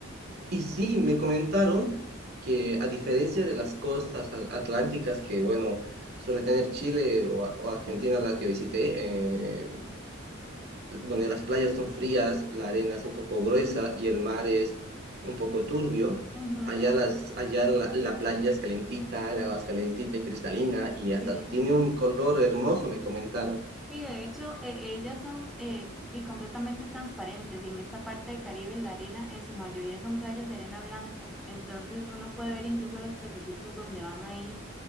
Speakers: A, on the right (about 50°); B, in the centre.
A: Y sí, me comentaron que a diferencia de las costas a- atlánticas que, bueno, suele tener Chile o, o Argentina, la que visité, eh, donde las playas son frías, la arena es un poco gruesa
B: Ujú,
A: y el mar es un poco turbio.
B: ujú.
A: Allá, las, allá la, la playa es calentita, el agua es calentita y cristalina
B: Sí,
A: y hasta
B: sí.
A: tiene un color hermoso, me comentaron.
B: Sí, de hecho, e- ellas son eh, di- completamente transparentes y en esta parte de Caribe la arena en su mayoría son playas de arena blanca. Entonces uno puede ver incluso los pececitos donde van ahí.